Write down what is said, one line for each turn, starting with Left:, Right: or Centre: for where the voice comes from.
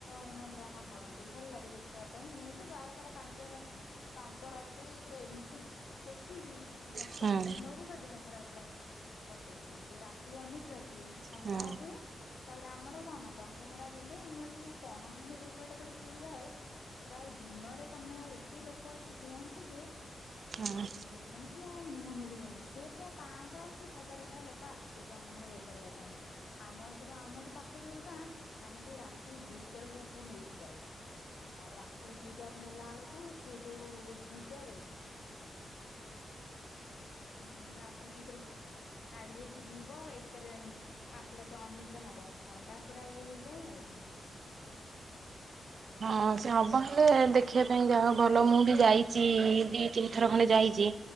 Left: ମାନେ ଏମିତି ଡ୍ରାମା କରନ୍ତି ଭଲ ଲାଗେ ଦେଖିବା ପାଇଁ ମୁଁ ତ ଯାଏ ପାରା ପାଞ୍ଚ ରା ପାଞ୍ଚ ରାତି ପୁରା ଏମିତି ଦେଖିବି ଭ
Right: ହଁ
Left: ତା ଆର ଦିନକୁ ଦେହ ଖରାପ ପୁରା। କରିଦେଇଥିବି ଯୋଉ ରାତି ଅନିିଦ୍ରାକୁ ଥଣ୍ଡା
Right: ହଁ
Left: ହୁଏ। ତାପରେ ଆମର କଣ ଦଶହରା ହେଲେ ଆମର ଯୋଉ ପଣାହାଣ୍ଡି ଭୋଗ ଟା ଯୋଉ ଯୋଉ ଯାଏ। ସେଟା ଆଉ ଦିନରେ ତମେ ଆଉ ଏତେ ଲୋକ ଏଠି ହୁଅନ୍ତି ଯେ
Right: ହଁ।
Left: ଆଉ ମାନେ ତମ ମୁହଁ ମିଳିବନି ସିଏ ପୁରା ପ୍ରାୟ ପାଆଁଶହ କି ହଜାରେ ଭଳିଆ ଲୋକ ଆସିଥିବେ ପଣା ହାଣ୍ଡି ଭୋଗ କରିବା ପାଇଁ। ଆମର ସବୁ ଆମ ଯୋଉ ପାଖ ଯୋଉ ଗାଁ ଆମେ ସବୁ ରାତି ଦିଟାରୁ ସବୁ ନେଇକି ଯାଉ। ଆଉ ରାତି ଦିଟାରୁ ନେଲା ବେଳକୁ ସିଏ ଯୋଉ ଭିଡରେ ହୁଁ ରାତି ଦିଟାରୁ ଗାଧେଇକି ଯିବ ଏତେ ରେନ୍ ପାଞ୍ଚରାତି ଅନିଦ୍ରା ହବ ଥଣ୍ଡା ପୁରା ଇଏ ହେଇଯାଏ ଆଉ କଣ। <inaudible>
Right: ହଁ ସେ ହବ ହେଲେ ଦେଖିବା ପାଇଁ ଯାଅ ଭଲ ମୁଁ ବି ଯାଇଚି ଦି ତିନି ଥର ଖଣ୍ଡେ ଯାଇଚି।